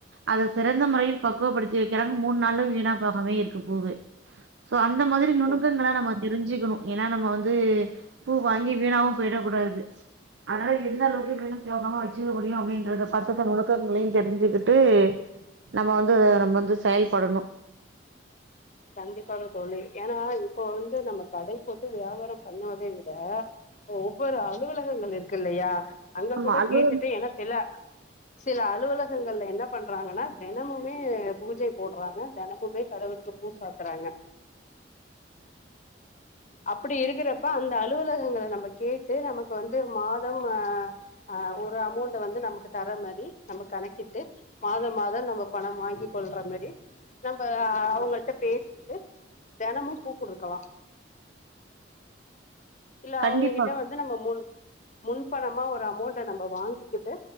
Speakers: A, on the right (about 75°); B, on the left (about 40°).
A: அத சிறந்த முறையில் பக்குவப்படுத்தி வைக்கிறாங்க மூணு நாளு வீணா போகாம்லே இருக்கு பூவு சோ அந்த மாதிரி நுனுக்கங்ள
B: சரி தோழி
A: நம்ம தெரிஞ்சுக்குணு ஏனா நம்ம வந்து பூ வாங்கி வீணாவு போய்ட கூடாது அதுனால எந்த அளவுக்கு வீன்போகாம வச்சுக்க முடியு அப்டின்றத பக்குவத்த நுனுக்கங்களையு தெரிஞ்சுக்கிட்டு நம்ம வந்து அத நம் வந்து செயல்படணு
B: கண்டிப்பாக தோழி ஏனா இப்போ வந்து நம்ம கடை போட்டு வியாபாரோ பண்ணுவதை விட ஒவ்வொரு அலுவலகங்கள் இருக்கு இல்லயா அங்க
A: ஆமா
B: கூட
A: அது
B: கேட்டுட்டு ஏனா சில சில அலுவலகங்கள்ல என்ன பண்றாங்கனா தெனமுமே பூஜை போட்றாங்க தெனமுமே கடவுளுக்கு பூச தராங்க அப்புடி இருக்குறப்ப அந்த அலுவலகங்கள நம்ம கேட்டு நமக்கு வந்து மாதம் அ அ ஒரு அமோண்ட்ட வந்து நமக்கு தர மாரி நம்ம கணக்கிட்டு மாதோ மாதோ நம்ம பணம் வாங்கிக்கொள்ற மாதிரி நம்ப அவுங்கள்ட்ட பேசிட்டு தெனமு பூ குடுக்கலா இல்ல
A: கண்டிப்பா
B: அவுங்ககிட்ட வந்து நம்ம முன் முன்பணமா ஒரு அமோண்ட்ட நம்ம வாங்கிக்கிட்டு